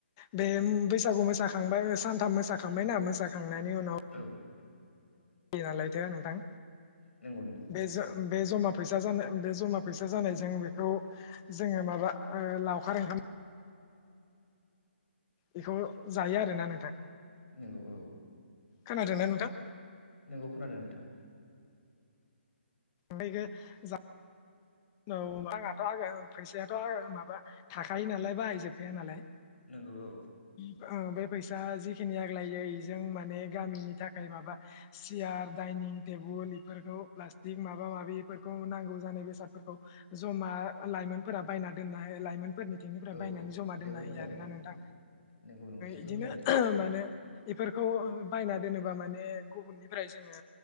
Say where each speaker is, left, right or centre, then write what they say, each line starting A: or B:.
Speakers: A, on the left; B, on the left.
A: बे बैसागु मोसाखांबाय सानथाम मोसाखांबाय ना मोसाखांनायनि उनाव
B: औ औ
A: निनालायथो नोंथां
B: नंगौ नंगौ
A: बेजो
B: औ
A: बे जमा फैसा जानाय बे जमा फैसा जानायजों बेखौ जोङो माबा ओ लावखार ओंखाम बेखौ जायो आरोना नोंथां।
B: नंगौ औ
A: खोनादोंना नोंथां?
B: नोंगौ खोनादों नोंथां।
A: ओमफाय इखो जा औ आंहाथ' आ फैसायाथ' आ माबा थाखायो नालाय बाहायजोबखाया नालाय
B: नंगौ औ
A: ओ बे फैसा जिखिनि आग्लायो इजों माने गामिनि थाखाय माबा चियार डाइनिं टेबोल बेफोरखौ प्लास्टिक माबा माबिफोरखौ नांगौ जानाय बेसादफोरखौ जमा लायमोनफोरा बायना दोनाहाय लाइमोन फोरनिथिंनिफ्राय
B: औ
A: बायनानै
B: औ
A: जमा
B: जोबोर
A: दोनना होयो
B: मोजां
A: आरोना नोंथां
B: नंगौ नंगौ जोबोर
A: इदिनो
B: मोजां नोंथां
A: माने बेफोरखौ बायना दोनोबा माने गुबुननिफ्राय जोङो